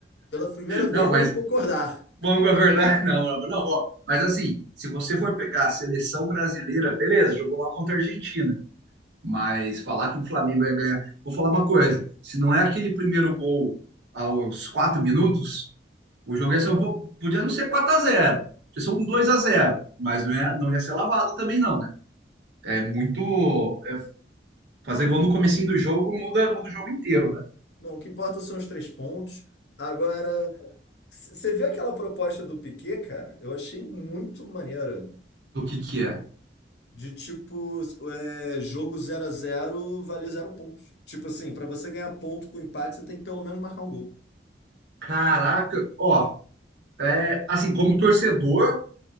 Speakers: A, on the left; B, on the right.
A: Pela primeira vez
B: Não,
A: vamos
B: mas
A: concordar.
B: vamos com a verdade, <laughs> não, não, ó, mas assim, se você for pegar a seleção brasileira, beleza, jogou lá contra a Argentina. Mas falar que o Flamengo ia ganhar. Vou falar uma coisa: se não é aquele primeiro gol aos quatro minutos, o jogo ia ser um pouco. Podia não ser quatro a zero. podia ser um dois a zero. mas não ia, não ia ser lavado também, não. né? É muito. é, fazer gol no comecinho do jogo muda, muda o jogo inteiro, né?
A: Bom, o que importa são os três pontos. Agora, c- você viu aquela proposta do Piquet, cara? Eu achei muito maneira.
B: Do que que é.
A: De tipo, é, jogo 0 a zero vale zero pontos. Tipo assim, pra você ganhar ponto com empate, você tem que pelo menos marcar um gol.
B: Caraca, ó, é, assim, como torcedor,